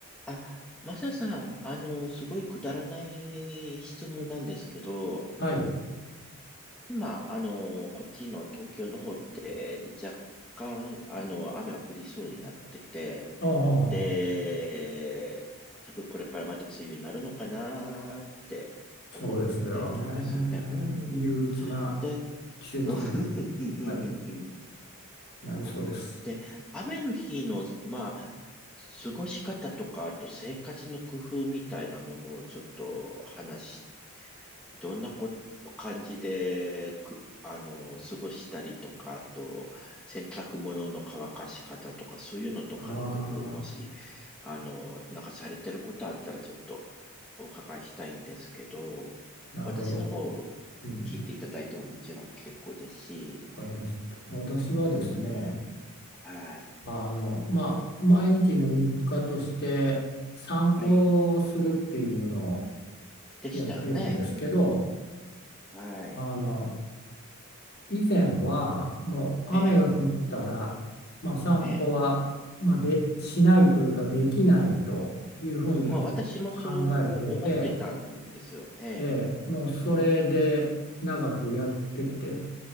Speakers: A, in the centre; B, on the left (about 45°).
A: あ、マサさん、あの、すごいくだらない質問なんですけど、
B: はい。
A: 今、あの、こっちの東京の方って若干、あの、雨が降りそうになってて、
B: ほうほうほうほう。
A: で、多分これからまた梅雨になるのかなって思ってるんですね。
B: そうですよね。
A: う
B: 憂鬱な
A: ん。で、
B: 季節に、
A: うん、うん、うん、
B: はい、
A: うん。
B: なりそうです。
A: そうで、雨の日の、まあ、過ごし方とか、あと生活の工夫みたいなものをちょっと話し、どんなこ、感じで、く、あの、過ごしたりとか、あと、洗濯物の乾かし方とか、そういうのとかの工夫、
B: ああ、
A: もし、あの、なんかされてることあったら、ちょっとお伺いしたいんですけど、
B: なるほど。
A: 私の方、
B: うん、
A: 聞いていただいてももちろん結構ですし、
B: わかりました。私はですね、
A: うん、はい。
B: あの、まあ、毎日の日課として散歩をするっていうのを
A: はい。でしたよね。
B: やってるんですけど、
A: うん。はい。
B: あの、以前はもう雨が降ったら、
A: ええ、
B: まあ、散歩は、
A: ええ。
B: まあ、でしないというかできないというふうに
A: うん。まあ、私もそ
B: 考えてて、
A: う思ってたんですよ。ええ。
B: ええ、もうそれで長くやってきて